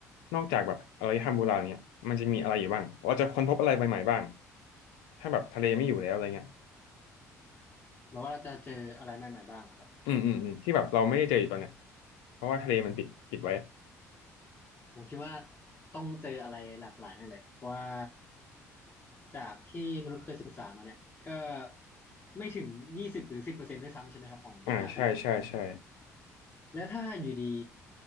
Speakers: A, on the left; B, on the left.
A: นอกจากแบบอารยธรรมโบราณเนี่ยมันจะมีอะไรอยู่บ้างเราจะค้นพบอะไรใหม่ๆบ้างถ้าแบบทะเลไม่อยู่แล้วอะไรเงี้ย
B: แปลว่าเราจะเจออะไรใหม่ๆบ้างเหรอครับ
A: อืมอืมอืมที่แบบเราไม่ได้เจออยู่ตอนเนี้ยเพราะว่าทะเลมันปิดปิดไว้
B: ผมคิดว่าต้องเจออะไรหลากหลายแน่เลยเพราะว่าจากที่มนุษย์เคยก็ไม่ถึงยี่สิบหรือสิบเปอร์เซ็นต์ด้วยซ้ำใช่ไหมครับของมหาสมุทร
A: อ่าใช่ใช่ใช่
B: และถ้าอยู่ดี